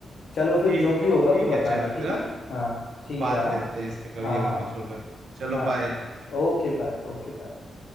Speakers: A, on the left; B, on the right.
A: चलो फिर
B: ठीक
A: जो भी
B: है
A: होगा
B: ठीक
A: फिर बताना
B: है चलो
A: ठीक
B: फिर हाँ?
A: है हाँ ठीक
B: बात
A: है हाँ
B: करते हैं इस पे कभी
A: हाँ
B: अगर
A: हाँ
B: कुछ होगा तो। चलो
A: हाँ
B: बाय
A: ओके बाय ओके बाय